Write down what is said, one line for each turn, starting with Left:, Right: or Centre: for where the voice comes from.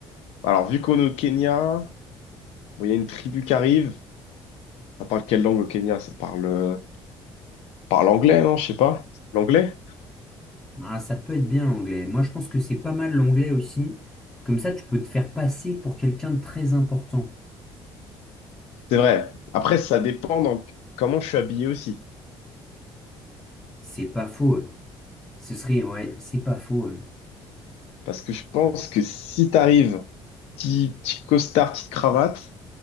Left: alors, vu qu'on est au Kenya, bon, il y a une tribu qui arrive. Ça parle quelle langue au Kenya? Ça parle, euh, parle anglais, non? Je sais pas. L'anglais?
Centre: Ah, ça peut être bien l'anglais. Moi, je pense que c'est pas mal l'anglais aussi. Comme ça, tu peux te faire passer pour quelqu'un de très important.
Left: C'est vrai. Après, ça dépend dans comment je suis habillé aussi.
Centre: C'est pas faux. euh. Ce serait, ouais, c'est pas faux. euh.
Left: Parce que je pense que si t'arrives, petit, petit costard, petite cravate,